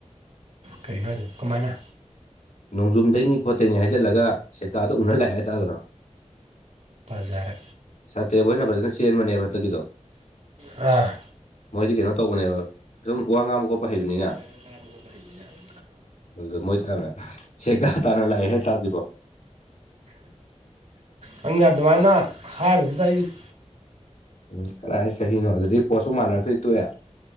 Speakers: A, on the right; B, on the left.
A: ꯀꯔꯤꯅꯣ ꯍꯥꯏꯗ ꯀꯃꯥꯏꯅ
B: ꯅꯣꯡꯖꯨꯝꯗꯩꯅꯤ ꯈꯣꯠꯇꯩꯅꯤ ꯍꯥꯏꯖꯤꯜꯂꯒ ꯁꯦꯛꯇꯥꯗ ꯎꯅꯔ ꯂꯥꯛꯑꯦ ꯆꯥꯗꯅꯣ
A: ꯖꯔ
B: ꯁꯥꯇ꯭ꯔꯦꯕꯣꯏꯅ ꯐꯖꯅ ꯆꯦꯟꯕꯅꯦ ꯐꯠꯇꯒꯤꯗꯣ
A: ꯑꯥ
B: ꯃꯣꯏꯗꯤ ꯀꯩꯅꯣ ꯇꯧꯕꯅꯦꯕ ꯁꯨꯝ ꯋꯥ ꯉꯥꯡꯕ ꯈꯣꯠꯄ ꯍꯩꯕꯅꯤꯅ
A: ꯀꯔ ꯑꯃꯨ ꯍꯥꯏꯦ
B: ꯑꯗꯨ ꯃꯣꯏ ꯇꯅ ꯁꯦꯀꯥ ꯇꯥꯅ ꯂꯥꯛꯑꯦ ꯍ ꯇꯥꯗꯕꯣ
A: ꯅꯪꯅ ꯑꯗꯨꯃꯥꯏꯅ ꯍꯥꯏꯕꯗꯨꯗ ꯑꯩꯁ
B: ꯎꯝ ꯀꯗꯥꯥꯏ ꯆꯍꯤꯅꯣ ꯑꯗꯨꯗꯤꯩ ꯄꯣꯠꯁꯨ ꯃꯥꯟꯅꯔꯛꯇꯣꯏ ꯇꯣꯛꯑꯦ